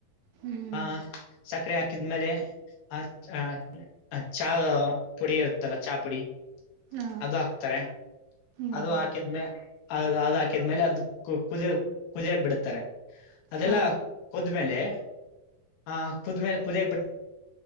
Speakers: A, on the right; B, on the left.
A: ಹ್ಮ್
B: ಆಹ ಸಕ್ಕರೆ ಹಾಕಿದ್ಮೇಲೆ ಆ ಚಹ ಪುಡಿ ಇರುತ್ತಲ್ಲ ಚಹಾ ಪುಡಿ
A: ಹಾ
B: ಅದು ಹಾಕ್ತಾರೆ
A: ಹ್ಮ್
B: ಅದು ಹಾಕಿದ್ಮೇ ಅದು ಹಾಕಿದ್ಮೇಲೆ ಅದು ಕುದ ಕುದರಕ್ ಬಿಡತಾರೆ, ಅದೆಲ್ಲಾ
A: ಹಾ
B: ಕುದ್ಮೇಲೆ ಆ ಕುದ್ಮೇಲೆ ಕುದಿಯಕ್ ಬಿ